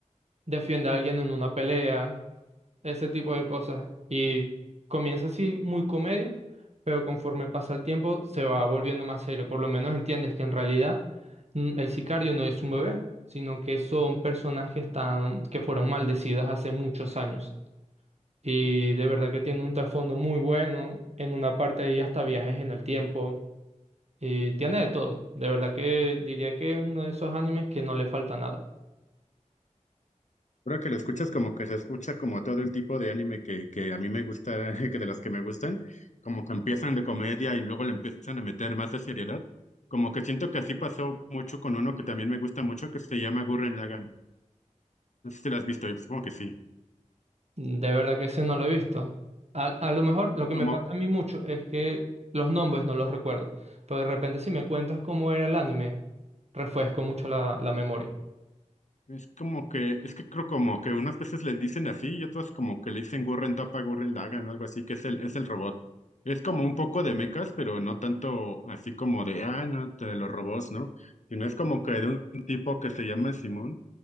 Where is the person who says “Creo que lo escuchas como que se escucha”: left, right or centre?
Left